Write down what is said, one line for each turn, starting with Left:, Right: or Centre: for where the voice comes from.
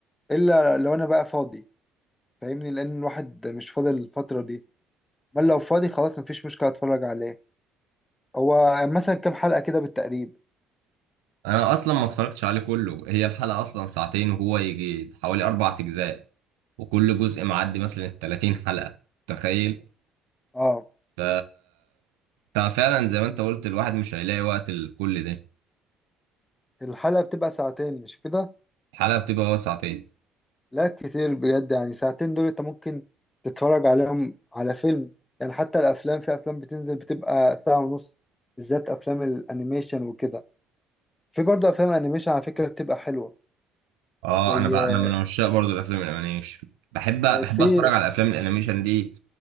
Left: الا لو انا بقى فاضي فاهمني لان الواحد مش فاضي الفترة دي بل لو فاضي خلاص مفيش مشكلة اتفرج عليه هو مثلا كام حلقة كده بالتقريب
Right: انا اصلا ما اتفرجتش عليه كله هي الحلقه اصلا ساعتين وهو يجي حوالي اربع اجزاء وكل جزء معدي مثلا 30 حلقه تخيل
Left: اه
Right: ف انت فعلا زي ما انت قلت الواحد مش هيلاقي وقت لكل ده
Left: الحلقة بتبقى ساعتين مش كده
Right: الحلقه بتبقى وسعتين
Left: لا كتير بجد يعني ساعتين دول انت ممكن تتفرج عليهم على فيلم يعني حتى الافلام في افلام بتنزل بتبقى ساعة ونص بالذات افلام الانيميشن وكده في برضه افلام انيميشن على فكرة بتبقى حلوة
Right: اه
Left: زي
Right: انا بقى انا من عشاق برضو الافلام الانيميشن بحب بحب
Left: في
Right: اتفرج على الافلام الانيميشن دي